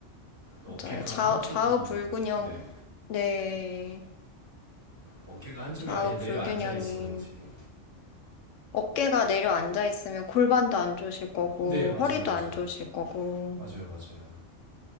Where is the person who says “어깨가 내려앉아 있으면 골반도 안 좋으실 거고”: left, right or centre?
Left